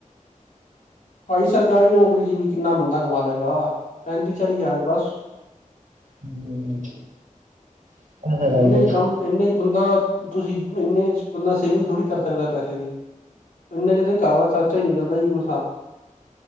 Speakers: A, on the left (about 75°); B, on the right (about 70°).
A: ਭਾਜੀ ਸਰਕਾਰੀ ਨੌਕਰੀ ਚ ਵੀ ਕਿੰਨਾ ਬੰਦਾ ਕਮਾ ਲਏਗਾ, ਪੈਂਤੀ ਚਾਲੀ ਜਾਰ ਬਸ।
B: ਹੂੰ, ਇਹ ਤਾਂ ਗੱਲ
A: ਇਹਨੇ ਚ
B: ਏ
A: ਕੰਮ ਇੰਨੇ 'ਚ ਬੰਦਾ, ਤੁਸੀਂ ਇੰਨੇ 'ਚ ਬੰਦਾ ਸੇਵਿੰਗ ਥੋੜ੍ਹੀ ਕਰ ਸਕਦਾ ਪੈਸੇ ਦੀ। ਇੰਨਾ ਚਿਰ ਤੇ ਘਰ ਦਾ ਖਰਚਾ ਹੀ ਨਿਕਲਦਾ ਜੀ ਮਸਾ।